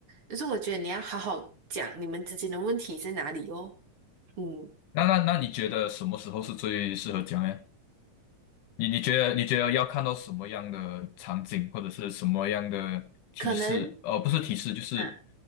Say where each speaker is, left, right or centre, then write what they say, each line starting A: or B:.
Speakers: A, on the right (about 45°); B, on the left (about 80°).
A: 就是我觉得你要好好讲你们之间的问题在哪里哦。嗯，
B: 那那那你觉得什么时候是最适合讲呢？你你觉得你觉得要看到什么样的场景，或者是什么样的提示？
A: 可能
B: 呃，不是提示，就是
A: 啊。